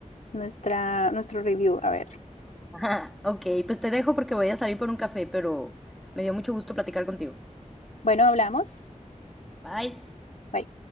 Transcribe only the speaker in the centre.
<laughs> Ajá. Ok, pues te dejo porque voy a salir por un café, pero me dio mucho gusto platicar contigo.
Bye.